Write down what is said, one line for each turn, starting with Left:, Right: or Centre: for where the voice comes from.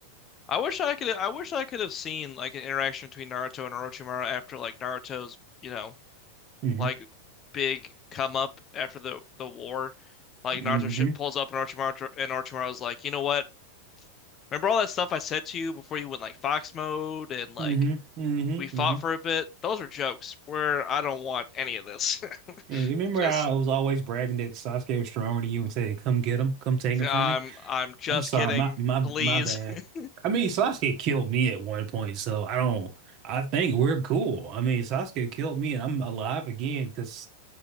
Left: I wish I could I wish I could have seen like an interaction between Naruto and Orochimaru after like Naruto's, you know,
Right: hmm
Left: like big come up after the the war. Like
Right: hmm
Left: Naruto sh pulls up and Orochimaru and Orochimaru's like, "You know what? Remember all that stuff I said to you before you went like fox mode and like
Right: hmm hmm
Left: we fought
Right: hmm
Left: for a bit. Those are jokes. Where I don't want any of this. <laughs>
Right: And you remember
Left: Just
Right: how I was always bragging that Sasuke was stronger than you and said, "Come get him, come take him
Left: I'm
Right: from me."
Left: I'm just
Right: I'm sorry,
Left: kidding.
Right: my my
Left: Please.
Right: my bad.
Left: <laughs>
Right: I mean, Sasuke killed me at one point, so I don't. I think we're cool. I mean, Sasuke killed me, and I'm alive again because